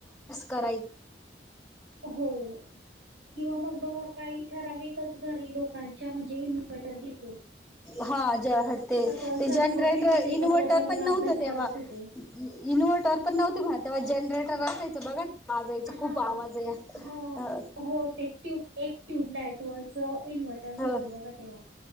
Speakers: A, in the centre; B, on the right.
A: क
B: हो. किंवा मग बघ काही ठराविकच घरी लोकांच्या म्हणजे इन्व्हर्टर घेत
A: हा ज ते
B: अ,
A: ते
B: सर्व
A: जनरेटर
B: तिथंच एकत्र
A: इन्व्हर्टर
B: जमून
A: पण
B: अभ्यास
A: नव्हतं
B: करत
A: तेव्हा
B: होते.
A: इनवर्टर पण नव्हती म्हणा तेव्हा जनरेटर असायचं बघा वाजायचं
B: हा
A: खूप आवाज या
B: हो
A: अ
B: हो ते ट्यूब एक ट्यूबलाईट वरच इन्व्हर्टर
A: ह
B: होतो बघ तेव्हा